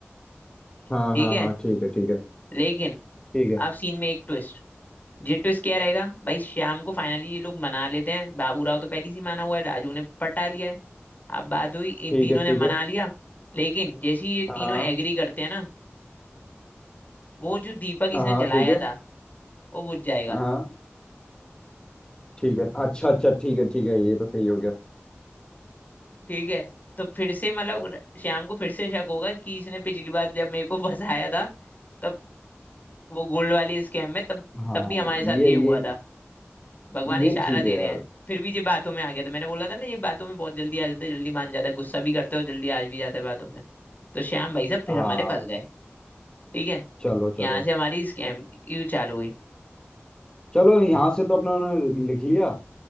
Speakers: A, on the left; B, on the left.
A: ठीक
B: हाँ हाँ
A: है
B: हाँ ठीक है ठीक है
A: लेकिन
B: ठीक है
A: अब सीन में एक ट्विस्ट ये ट्विस्ट क्या रहेगा भाई श्याम को फाइनली ये लोग मना लेते हैं बाबू राव तो पहले से ही माना हुआ है राजू ने पटा लिया है अब बात हुई इन
B: ठीक
A: तीनों
B: है
A: ने
B: ठीक है
A: मना लिया लेकिन जैसे ही ये
B: हाँ
A: तीनों एग्री करते हैं ना वो जो दीपक इसने
B: हाँ
A: जलाया
B: ठीक है
A: था वो बुझ जाएगा
B: हाँ ठीक है अच्छा अच्छा ठीक है ठीक है ये तो सही हो गया
A: ठीक है तो फिर से मतलब
B: <laughs>
A: र- श्याम को फिर से शक होगा कि इसने पिछली बार जब मेरे को फंसाया था तब वो गोल्ड वाले स्कैम में तब
B: हाँ
A: तब भी हमारे साथ
B: ये
A: ये
B: ये
A: हुआ था भगवान
B: ये
A: इशारा
B: ठीक
A: दे
B: है यार
A: रहे हैं फिर भी ये बातों में आ गया था मैंने बोला था ना ये बातों में बहुत जल्दी आ जाते हैं जल्दी मान जाता है गुस्सा भी करते हो जल्दी आ भी जाता है बातों में तो श्याम भाई साहब फिर
B: हाँ
A: हमारे पास गए ठीक है
B: चलो
A: यहाँ
B: चलो
A: से हमारी स्कैम की चालू हुई
B: चलो यहाँ से तो अपना उन्होंने लिख लिया